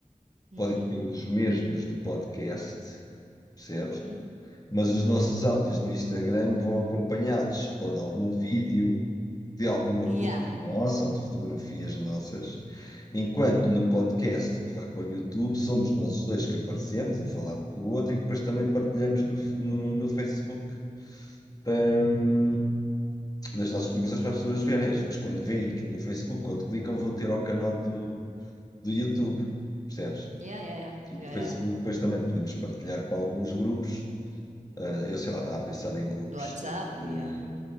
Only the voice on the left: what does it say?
podem ser os mesmos do podcast, percebes?
Mas os nossos áudios no Instagram vão acompanhados ou de algum vídeo, de alguma
coisa nossa ou de fotografias nossas, enquanto no podcast que vai para o YouTube somos nós os dois que aparecemos a falar um com o outro e que depois também partilhamos no no- no Facebook para, hum, nas nossas publicações para as pessoas verem. As pessoas, quando veem aquilo no Facebook, quando clicam, vão ter ao canal do, do YouTube, percebes?
E do
Facebook,
depois também podemos partilhar para alguns grupos. Ah, eu sei lá, estava a pensar em grupos
de,